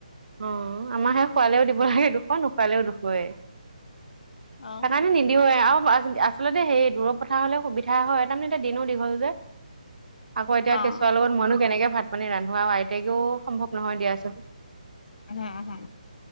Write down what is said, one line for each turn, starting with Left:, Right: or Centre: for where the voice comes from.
Right: অ', মাৰ সে শোৱালেও দিব লাগে দুখ নোখোৱালেও দুখয় সেইকাৰণে
Left: অ',
Right: নিদিব আৰু আচলতে সেই দূৰত পথথা হ'লে সুবিধা হয় তাৰমানে এতিয়া দিনো দীঘল যে আকৌ এতিয়া
Left: অ',
Right: কেঁচুৱাৰ লগত মইনো কেনেকে ভাত পানী ৰান্ধো আৰু আইতাকেও সম্ভৱ নহয় দিয়াচোন
Left: আহ হা